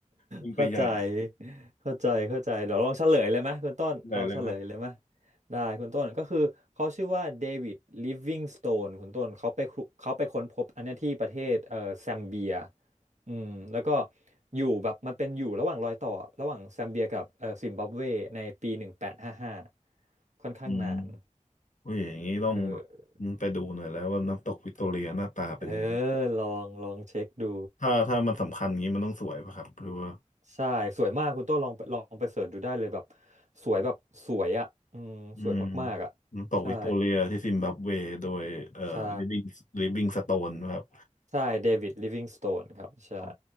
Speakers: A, on the left (about 75°); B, on the right (about 65°).
A: ยิ่งไปใหญ่
B: เข้าใจเข้าใจเข้าใจเดี๋ยวลองเฉลยเลยไหมคุณต้นเอาเฉลยเลยไหม
A: ใหญ่เลยครับ
B: ได้คุณต้นก็คือเขาชื่อว่าเดวิดลิฟวิงสโตนคุณต้นเขาไปคุเขาไปค้นพบอันเนี้ยที่ประเทศเอ่อแซมเบียอืมแล้วก็อยู่แบบมันเป็นอยู่ระหว่างรอยต่อระหว่างแซมเบียกับเอ่อซิมบับเวในปีหนึ่งแปดห้าห้าค่อนข้างนาน
A: อืมโอ้ยอย่างนี้ต้องแบบ
B: เออ
A: ไปดูหน่อยแล้วว่าน้ำตกวิกตอเรียหน้าตาเป็นยังไง
B: เออลองลองเช็คดู
A: ถ้าถ้ามันสำคัญอย่างนี้มันต้องสวยป่ะครับหรือว่า
B: ใช่สวยมากคุณโต้ลองไปลองไปเสิร์ชดูได้เลยแบบสวยแบบสวยอ่ะอืมสวยมากๆอ่ะ
A: อืมน้ำตกวิกตอเรียที่ซิมบับเวโดยเอ่อ
B: ใช่ใช่
A: Living l i ิ i n g Stone นะครับ
B: ใช่เดวิดลิฟวิงสโตนครับใช่
A: อ๋อ